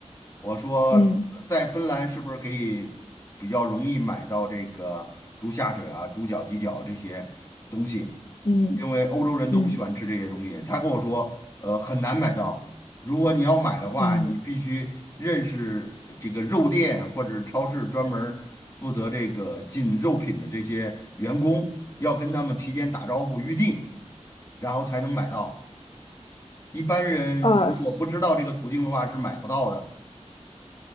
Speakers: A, on the left; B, on the left.
A: 我说在芬兰是不是可以比较容易买到这个猪下水啊、
B: 嗯
A: 猪脚、鸡脚这些东西？
B: 嗯
A: 因为欧洲人都不喜欢吃这些东西。
B: 嗯。
A: 他跟我说，呃，很难买到。如果你要买的话，
B: 嗯，
A: 你必须认识这个肉店或者超市专门儿负责这个进肉品的这些员工，要跟他们提前打招呼预定，然后才能买到。一般人如果不知道这个途径的话，
B: 啊是
A: 是买不到的。